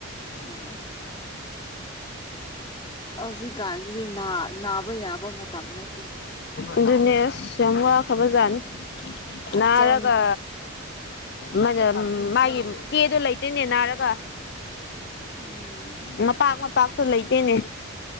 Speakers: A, on the left (about 20°); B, on the left (about 50°).
A: ꯑꯣ ꯍꯧꯖꯤꯛꯀꯥꯟꯁꯤꯗꯤ ꯅ ꯅꯥꯕ ꯌꯥꯕ ꯃꯇꯝ ꯅꯠꯇꯦ
B: ꯑꯗꯨꯅꯦ ꯑꯁ ꯌꯥꯝ ꯋꯥꯈ꯭ꯔꯕꯖꯥꯠꯅꯤ
A: ꯎꯝ ꯍꯛꯆꯥꯡ
B: ꯅꯥꯔꯒ ꯃꯥ ꯃꯥꯒꯤ ꯆꯦꯗꯣ ꯂꯩꯇꯦꯅꯦ ꯅꯥꯔꯒ
A: ꯎꯝ
B: ꯃꯄꯥꯛ ꯃꯄꯥꯛꯇꯣ ꯂꯩꯇꯦꯅꯦ